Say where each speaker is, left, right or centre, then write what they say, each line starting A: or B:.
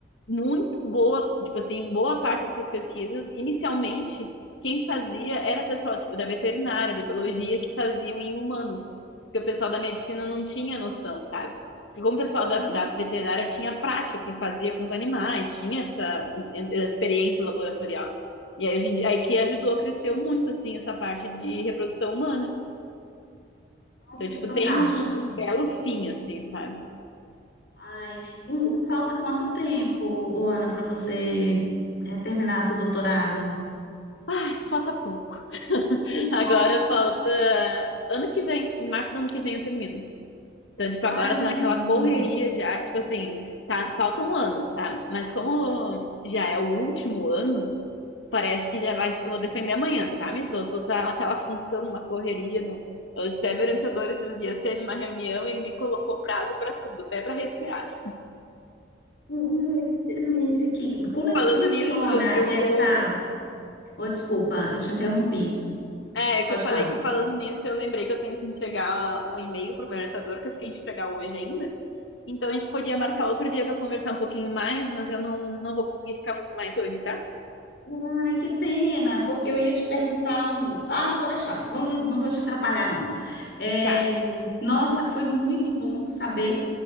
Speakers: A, on the left; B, on the left.
A: Muito boa, tipo assim, boa parte dessas pesquisas, inicialmente, quem fazia era pessoal, tipo, da veterinária, da biologia, que faziam em humanos. Porque o pessoal da medicina não tinha noção, sabe? Porque como o pessoal
B: Uhum.
A: da, da veterinária tinha prática que fazia com os animais, tinha essa em- em- experiência laboratorial. E aí, hoje em dia, aí que ajudou, cresceu muito, assim, essa parte de reprodução humana.
B: nossa,
A: Então, tipo,
B: que fantástico.
A: tem um, um belo fim, assim, sabe?
B: Ai, e e falta quanto tempo, ô, Ana, para você é, terminar seu doutorado?
A: Ai, falta pouco.
B: Ai, que
A: Agora
B: bom.
A: falta ano que vem, em março do ano que vem eu termino. Então, tipo, agora
B: Ai,
A: tá naquela
B: que bom.
A: correria já, tipo assim, tá, falta um ano, tá? Mas como já é o último ano, parece que já vai, eu vou defender amanhã, sabe? Tô, tô tá naquela função, numa correria, no, hoje até meu orientador esses dias teve uma reunião e ele me colocou prazo pra tudo, até pra respirar.
B: E, e, rapidamente aqui, como é
A: Falando
B: que funciona
A: nisso, eu
B: essa...
A: vou,
B: Oh, desculpa, eu te interrompi.
A: é, que
B: Pode
A: eu falei
B: falar.
A: que falando nisso, eu lembrei que eu tenho que entregar um e-mail pro meu orientador que eu fiquei de entregar hoje ainda. Então a gente podia marcar outro dia pra conversar um pouquinho mais, mas eu não, não vou conseguir ficar muito mais hoje, tá?
B: Ai, que pena, porque eu ia te perguntar um... Ah, pode deixar, Vamos, não vou te atrapalhar, não. É,
A: Tá,
B: Nossa, foi muito bom saber